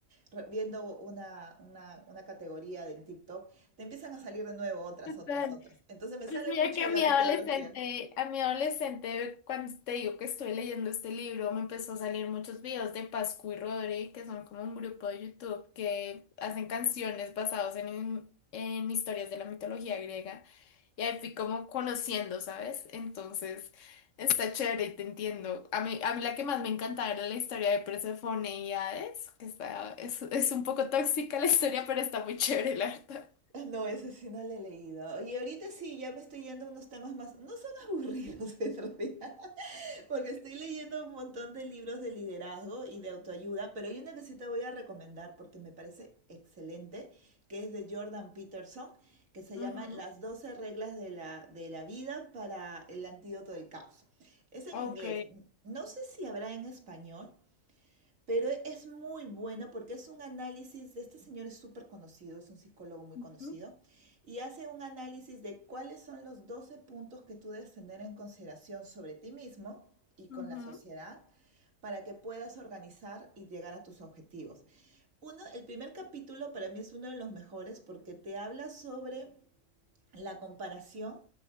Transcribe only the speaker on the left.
total.
Pues
mira
que
a
mi
adolescente, a mi adolescente, cuando te digo que estoy leyendo este libro, me empezó a salir muchos videos de Pascu y Rodri, que son como un grupo de YouTube que hacen canciones basadas en, en historias de la mitología griega. Y ahí fui como conociendo, ¿sabes? Entonces, está chévere y te entiendo. A mí, a mí la que más me encantaba era la historia de Persefone y Hades, que está, es, es un poco tóxica la historia, pero está muy chévere, la verdad.
Ujú.
Ok.
Ujú,
ujú.